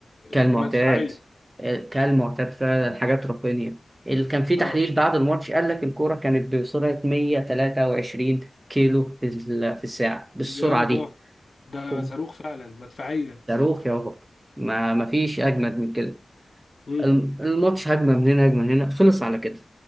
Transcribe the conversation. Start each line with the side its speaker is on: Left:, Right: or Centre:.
Right: كالمعتاد
Left: مدفعيه
Right: كالمعتاد فعلا حاجات رقمية اللي كان في تحليل
Left: اه
Right: بعد الماتش قال لك الكورة كانت بسرعة 123 كيلو في ال- في الساعة بالسرعة
Left: يابا
Right: دي
Left: ده
Right: كم-
Left: صاروخ فعلا مدفعيه
Right: صاروخ يا بابا ما ما فيش أجمد من كده
Left: مم.
Right: الم- الماتش هجمة من هنا هجمة من هنا خلص على كده